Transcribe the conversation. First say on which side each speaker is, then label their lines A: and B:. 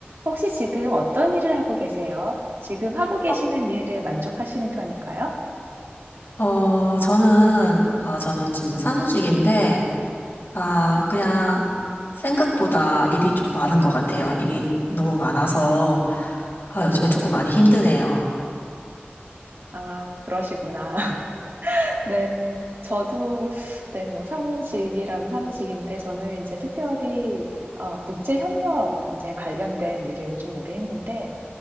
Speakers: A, on the right; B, on the left.
A: 혹시 지금 어떤 일을 하고 계세요? 지금 하고 계시는
B: 어,
A: 일을 만족하시는 편인가요?
B: 어, 저는, 아, 저는 지금 사무직인데, 아, 그냥 생각보다 일이 좀 많은 것 같아요. 일이 너무 많아서, 아, 요즘에 조금 많이 힘드네요.
A: 아 그러시구나. <laughs> 네. 저도 네 뭐 사무직이라면 사무직인데 저는 이제 특별히 어 국제 협력 이제 관련된 일을 좀 오래 했는데